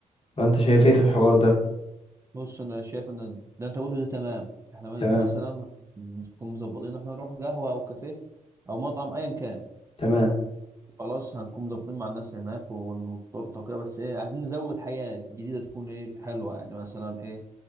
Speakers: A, on the left (about 40°); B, on the right (about 20°).
A: فانت شايف ايه في الحوار ده
B: بص انا شايف ان اللي انت قوله ده تمام احنا م-
A: تمام
B: مثلا نكون مظبطين إن احنا نروح قهوة او كافيه او مطعم ايا كان
A: تمام
B: خلاص هنكون مظبطين مع الناس هناك والتورته وكده بس ايه عايزين نزود حاجه جديده تكون ايه حلوه يعني مثلا ايه